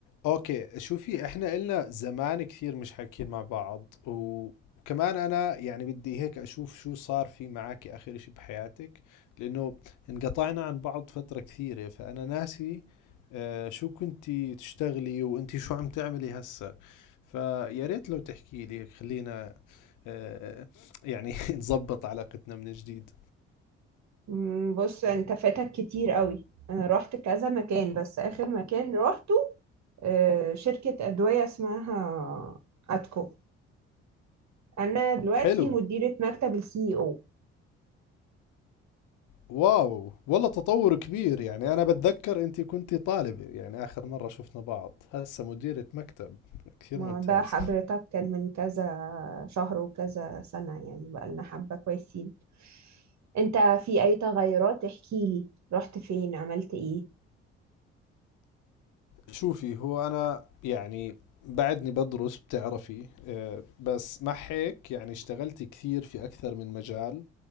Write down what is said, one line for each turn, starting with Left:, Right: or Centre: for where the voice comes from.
Left: اوكي شوفي احنا إلنا زمان كثير مش حاكيين مع بعض وكمان انا يعني بدي هيك اشوف شو صار في معك اخر اشي بحياتك لانه انقطعنا عن بعض فترة كثيرة فانا ناسي آه، شو كنتي تشتغلي وانتي شو عم تعملي هسا فيا ريت لو تحكي لي خلينا آه، يعني <laughs> نظبط علاقتنا من جديد
Right: مم، بص انت فاتك كتير قوي انا رحت كذا مكان بس اخر مكان روحته آه، شركة ادوية اسمها اتكو انا دلوقتي
Left: حلو
Right: مديرة مكتب السي او
Left: واو والله تطور كبير يعني أنا بتذكر أنت كنت طالبة يعني آخر مرة شفنا بعض هسه مديرة مكتب كثير
Right: ما
Left: ممتاز
Right: ده حضرتك كان من كذا شهر وكذا سنة يعني بقالنا حبة كويسين انت في اي تغيرات احكيلي رحت فين عملت ايه
Left: شوفي هو أنا يعني بعدني بدرس بتعرفي آه، بس مع هيك يعني اشتغلت كثير في أكثر من مجال